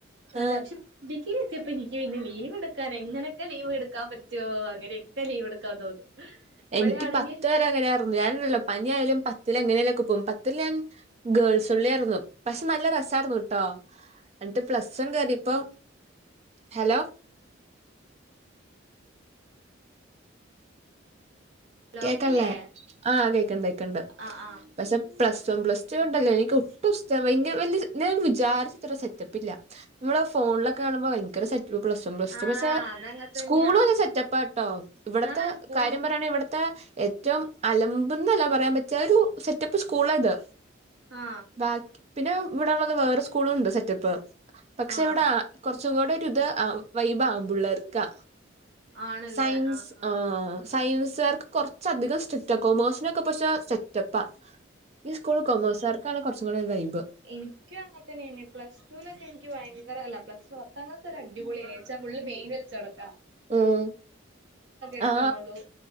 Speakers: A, on the right; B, on the right.
A: നല്ല
B: ആഹ്
A: <unintelligible> ഡിഗ്രി എത്തിയപ്പോ ഇൻക്കി പിന്നെ ലീവ് ഇട്ക്കാൻ എങ്ങനെക്കെ ലീവ് ഇട്ക്കാം പറ്റൊ അങ്ങനെക്കെ ലീവ് ഇട്ക്കാം തോന്നും
B: എനിക്ക്
A: ഇവിടെയാണെങ്കി
B: പത്ത് വരെ അങ്ങനെയായിരുന്നു ഞാന്ണ്ടല്ലോ പനി ആയാലും പത്തില് എങ്ങനെല്ലൊക്കെ പോവും പത്തില് ഞാൻ ഗേൾസ് ഒൺളി ആയിരുന്നു പക്ഷെ നല്ല രസായിരുന്നു ട്ടോ ന്ന്ട്ട് പ്ലസ് വൺ കേറിപ്പോ ഹലോ
A: ഹലോ
B: കേക്ക്ൺല്ലേ
A: കേക്കില്ലേ
B: ആ കേക്ക്ണ്ട് കേക്ക്ണ്ട്
A: ആഹ് ആഹ്
B: പക്ഷെ പ്ലസ് വൺ പ്ലസ് ടു ഉണ്ടല്ലോ എനിക്ക് ഒട്ടും ഇഷ്ടം ഭയങ്ക വല്ല്യ ഞാൻ വിചാരിച്ചത്ര സെറ്റപ്പില്ല നമ്മള് ഫോൺലൊക്ക കാണുമ്പോ ഭയങ്കര സെ പ്ലസ് വൺ പ്ലസ് ടു
A: ആഹ്
B: പക്ഷെ
A: അതങ്ങനെ തന്നെയാ
B: സ്കൂളുംന്നെ സെറ്റപ്പാട്ടോ ഇവട്ത്തെ
A: ഞാണ് സ്കൂള്
B: കാര്യം പറയാണെങ്കി ഇവട് ത്ത ഏറ്റവും അലമ്പ് ന്നല്ല പറയാം പറ്റ ഒരു സെറ്റപ്പ് സ്കൂള ഇത്
A: ആ
B: ബാക്കി പിന്നെ ഇവടള്ളത് വേറെ സ്കൂള്ണ്ട് സെറ്റപ്പ് പക്ഷെ
A: ആഹ്
B: ഇവട കൊർച്ചും കൂടെ ഒര് ഇത് വൈബ് ആമ്പ്ള്ളേര്ക്കാ
A: ആണ്ല്ലേ
B: സൈൻസ്
A: ആഹ് ആഹ്
B: ആ സയൻസ്കാർക്ക് കൊർച്ച് അധികം സ്ട്രിക്റ്റ കോമേഴ്സിനൊക്കെ പക്ഷെ സെറ്റപ്പാ ഈ സ്കൂള് കോമേഴ്സാർക്കാണ് കൊർച്ചും കൂടെ വൈബ്
A: ഇൻക്കി അങ്ങൻ തന്നെനി പ്ലസ് ടുവിലൊക്കെ എൻക്കി ഭയങ്കര അല്ല പ്ലസ് പത്താം ക്ലാസ് വരെ അടിപൊളിയേനി ച്ചാ ഫുള്ള് മെയി ച്ചടക്ക
B: ഉം
A: എട്ടെണ്ണൊള്ളൂ
B: ആ